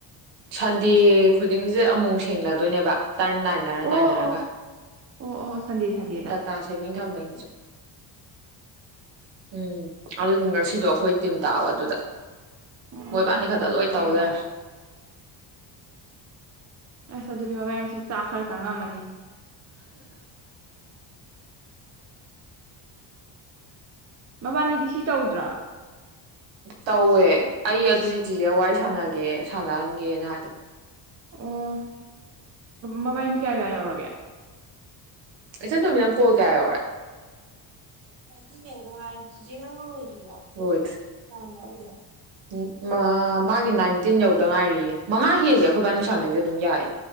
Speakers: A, on the right; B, on the right.
A: ꯁꯟꯗꯦ ꯈꯨꯗꯤꯡꯁꯦ ꯑꯃꯨꯛ ꯁꯦꯡꯅꯗꯣꯏꯅꯦꯕ ꯇꯔꯟ ꯅꯥꯏꯅꯔ
B: ꯑꯣ ꯑꯣ
A: ꯅꯥꯏꯅꯔꯒ
B: ꯑꯣ ꯑꯣ ꯁꯟꯗꯦ ꯁꯟꯗꯦꯗ
A: ꯗꯇꯥ ꯁꯦꯕꯤꯡ ꯊꯝꯝꯕꯩ ꯎꯝ ꯑꯗꯨ ꯉꯁꯤꯗꯣ ꯑꯩꯈꯣꯏ ꯇꯤꯝ ꯇꯥꯕ ꯑꯗꯨꯗ
B: ꯎꯝ ꯎꯝ
A: ꯃꯣꯏꯕꯥꯅꯤ ꯈꯛꯇ
B: ꯒ꯭ꯌꯥꯟ ꯇꯥꯔꯦ
A: ꯂꯣꯏ ꯇꯧꯔꯦ
B: ꯒ꯭ꯌꯥꯟ ꯇꯥꯔꯦ ꯑꯁ ꯑꯗꯨꯗꯤ ꯕꯥꯏ ꯉꯁꯤ ꯆꯥꯛ ꯈꯔ ꯆꯪꯉꯝꯃꯅꯤ ꯃꯕꯥꯅꯤꯗꯤ ꯁꯤ ꯇꯧꯗ꯭ꯔꯥ
A: ꯇꯧꯋꯦ ꯑꯩ ꯑꯗꯨ ꯇꯤꯖꯦ ꯋꯥꯔꯤꯏ ꯁꯥꯟꯅꯒꯦ ꯁꯥꯟꯅꯍꯟꯒꯦꯅ ꯍꯥꯏꯗꯣ
B: ꯑꯣ ꯃꯕꯥꯏꯅꯤ ꯀꯌꯥ ꯀꯌꯥ ꯌꯧꯔꯒꯦ
A: ꯏꯆꯟ ꯇꯣꯝꯕꯤ ꯅꯪ ꯀꯣꯜ ꯀꯌꯥ ꯌꯧꯔꯦ ꯅꯥꯏꯇꯤꯟ ꯌꯧꯗ ꯉꯥꯏꯔꯤ ꯆꯤꯆꯦ ꯅꯪ ꯂꫭꯏꯗ꯭ꯔꯤꯕꫭ ꯂꫭꯏꯗ꯭ꯔꯤ ꯀꯌꯥꯝ ꯋꯥꯠꯂꯤꯒꯦ ꯃ ꯃꯥꯒꯤ ꯅꯥꯏꯟꯇꯤꯟ ꯌꯧꯗ ꯉꯥꯏꯔꯤꯌꯦ ꯃꯉꯥ ꯍꯦꯜꯂꯦ ꯑꯩꯈꯣꯏꯕꯥꯅꯤ ꯁꯥꯟꯅꯩꯁꯦ ꯑꯗꯨꯝ ꯌꯥꯏ